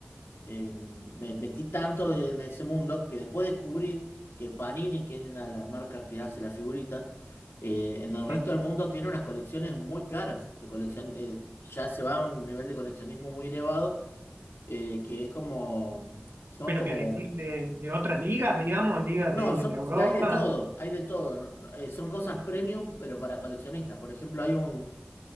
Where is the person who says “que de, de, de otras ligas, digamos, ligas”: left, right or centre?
Right